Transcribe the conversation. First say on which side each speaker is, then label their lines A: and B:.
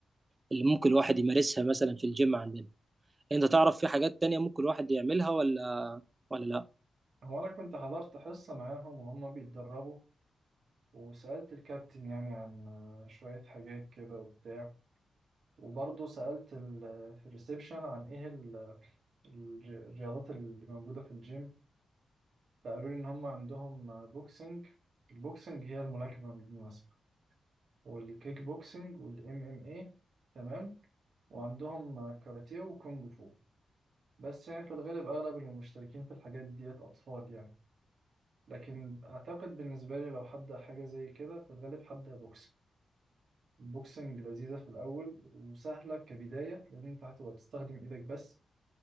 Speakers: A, on the right (about 25°); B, on the right (about 65°).
A: اللي ممكن الواحد يمارسها مثلا في الجيم عندنا انت تعرف في حاجات تانية ممكن الواحد يعملها ولا ولا لا
B: هو انا كنت حضرت حصه معاهم وهم بيتدربوا وسألت الكابتن يعني عن آه، شوية حاجات كده وبتاع وبرضه سألت ال- في الريسبشن عن ايه ال- ال- الرياضات اللي موجودة في الجيم فقالوا لي ان هم عندهم بوكسنج البوكسنج هي الملاكمة بالمناسبة والكيك بوكسنج والام ام اي تمام وعندهم كاراتيه وكونج فو بس يعني في الغالب اغلب اللي مشتركين في الحاجات ديت اطفال يعني لكن اعتقد بالنسبة لي لو هبدأ حاجة زي كده في الغالب هبدأ بوكسنج البوكسنج لذيذة في الأول وسهلة كبداية لأن أنت هتبقى بتستخدم إيدك بس